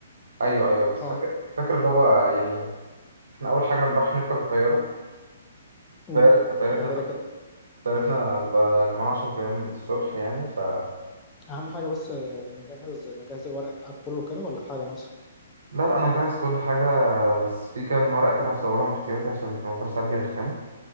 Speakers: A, on the right; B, on the left.
A: ايوه ايوه بس
B: اه
A: فاكر فاكر اللي هو يعني احنا اول حاجه نروح نركب الطياره
B: مم.
A: طيارة- طيارة
B: ده كده كده
A: طيارتنا هتبقى كمان عشرة أيام الصبح يعني فجاهز
B: أهم حاجة بس آه، مجهز مجهز الورق بتاعك كله كده ولا في حاجة ناقصة؟
A: لا لا أنا مجهز كل حاجة بس في كام ورقة كده هصورهم احتياطي عشان في المطار ساعات بيرخموا